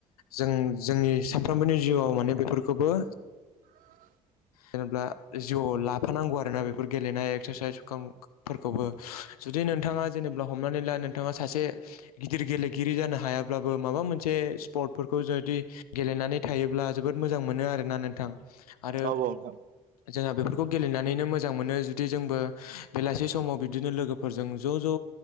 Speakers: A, on the left; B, on the right.
A: जों जोंनि सानफ्रोमबोनि जिउआव माने बे फोरफोरखौबो
B: <inaudible>
A: जेनोल्बा जिउआव लाफानांगौ आरोना बेफोर गेलेनाय एक्सारसाइसफोरखौबो जुदि नोंथाङा जेनेबा हमनानै ला नोंथाङा सासे गिदिर गेलेगिरि जानो हायाब्लाबो माबा मोनसे स्पर्टफोरखौ जुदि गेलेनानै थायोब्ला जोबोद बिरद मोजां मोनो आरोना नोंथां आरो
B: औ औ नोंथां
A: जोंहा बेफोरखौ गेलेनानैनो मोजां मोनो जुदि जोंबो बेलासि समाव बिदिनो लोगोफोरजों ज ज